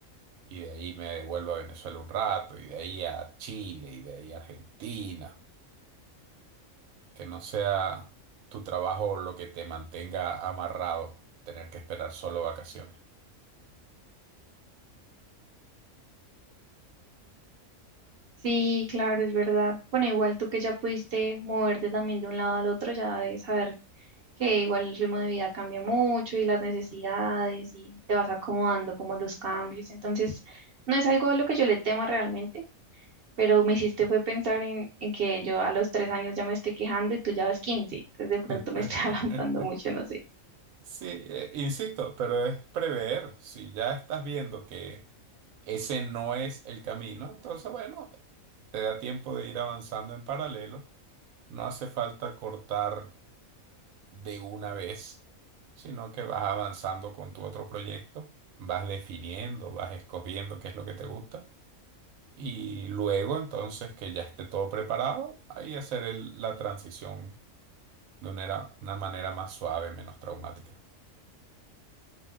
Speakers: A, on the right (about 75°); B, on the right (about 50°).
A: Y de ahí me devuelvo a Venezuela un rato, y de ahí a Chile, y de ahí a Argentina. Que no sea tu trabajo lo que te mantenga amarrado, tener que esperar solo vacaciones.
B: Sí, claro, es verdad. Bueno, igual tú que ya pudiste moverte también de un lado al otro, ya de saber que igual el ritmo de vida cambia mucho y las necesidades y te vas acomodando como a los cambios. Entonces, no es algo de lo que yo le tema realmente, pero me hiciste fue pensar en, en que yo a los tres años ya me estoy quejando y tú ya vas 15 entonces de pronto
A: <laughs>
B: me estoy <laughs> adelantando mucho, no sé.
A: Sí, eh, insisto, pero es prever. Si ya estás viendo que ese no es el camino, entonces, bueno, te da tiempo de ir avanzando en paralelo. No hace falta cortar de una vez, sino que vas avanzando con tu otro proyecto, vas definiendo, vas escogiendo qué es lo que te gusta. Y luego, entonces, que ya esté todo preparado, ahí hacer el- la transición de una, era- una manera más suave, menos traumática.